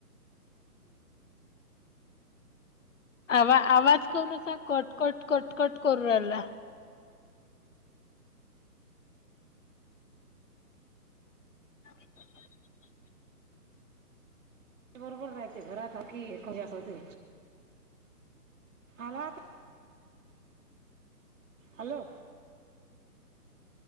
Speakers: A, on the left (about 50°); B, on the right (about 55°).
A: आवा आवाज कोनाचा कट कट कट कट करून रायला <inaudible>
B: बरोबर राहयचे घरात की एख जास होते आला आता हॅलो